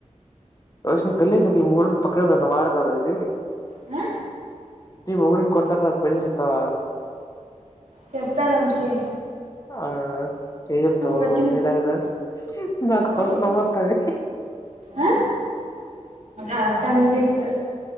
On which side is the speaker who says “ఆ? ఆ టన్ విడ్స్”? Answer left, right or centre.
Right